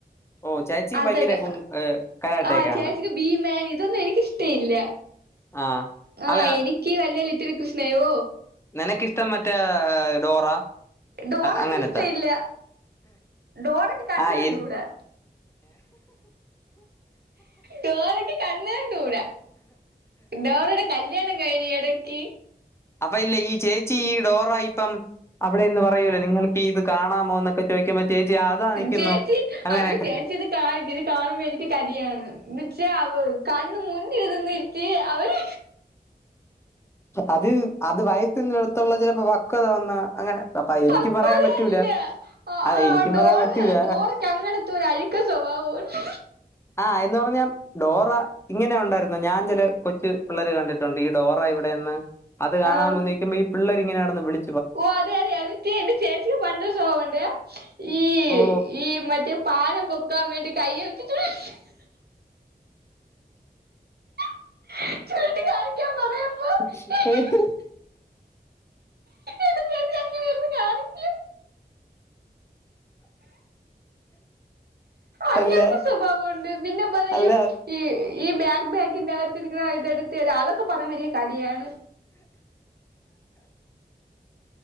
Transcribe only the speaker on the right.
അതൊക്കെ
ആഹ് ചേച്ചിക്ക് ഭീമൻ ഇതൊന്നും എനിക്കിഷ്ടല്ല
ആ
എനിക്ക് വലിയ ലിറ്റിൽ കൃഷ്ണയോ
ഡോറ
എനിക്കിഷ്ടയില്ല ഡോറക്ക് കണ്ണു
കണ്ടൂടാ
ഡോറക്ക് കണ്ണ് കണ്ടൂടാ ഡോറയുടെ കല്യാണം കഴിഞ്ഞ് എട <unintelligible>
ചേച്ചി
അയ്യോ ചേച്ചി ഇത് കാണ് ഇത് കാണുമ്പോ എനിക്ക് കലിയാണ് ബക്ഷേ അവര് കണ്ണിൻ മുന്നിൽ നിന്നിട്ട് അവര്
പക്വതയല്ല
ആ
ആ
ഡോറ
ഡോറക്ക് അങ്ങനത്തെ ഒരു അഴുക്ക സ്വഭാവോണ്ട്
ആഹ്
ഓ അതെ അതെ അത് <unintelligible> എന്റെ ചേച്ചിക്ക് പണ്ട് ഒരു സ്വഭാവവുണ്ടെ ഈ
ഈ മറ്റേ പാലം പൊക്കാൻവേണ്ടി കയ്യിൽ <unintelligible> <unintelligible>
പറയുമ്പോ എന്നിട്ട് ചേച്ചി അങ്ങനെ ഇരുന്ന് കാണിക്കും അങ്ങനത്തെ
സ്വഭാവോണ്ട് പിന്നെ പറയും
ഈ ഈ ബാക്ക് ബാക്കിന്റെകത്തിരിക്കുന്ന ഇതെടുത്തരാം അതൊക്കെ പറയുമ്പോ എനിക്ക് കലീയാണ്